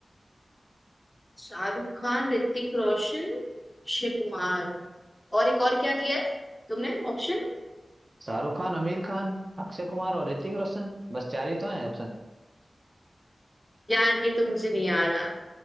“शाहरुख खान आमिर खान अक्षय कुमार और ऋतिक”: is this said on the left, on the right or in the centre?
Right